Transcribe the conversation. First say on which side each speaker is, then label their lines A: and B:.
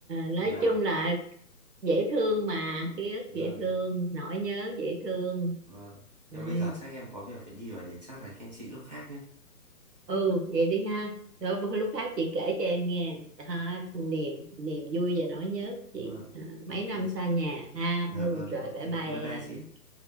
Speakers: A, on the right; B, on the right.
A: là
B: nói chung là dễ thương mà ký ức
A: vâng
B: dễ thương nỗi nhớ dễ thương
A: Vâng.
B: Đấy.
A: Nhưng bây giờ chắc em có việc phải đi rồi thì chắc là hẹn chị lúc khác nhé.
B: ừ vậy đi ha rồi bữa- lúc khác chị kể cho em nghe ha, niềm niềm vui và nỗi nhớ của
A: Vâng.
B: chị à,
A: Ok
B: mấy năm
A: chị.
B: xa nhà ha
A: Dạ
B: ừ
A: vâng,
B: rồi
A: ok.
B: bye bye
A: Bye
B: em
A: bye chị.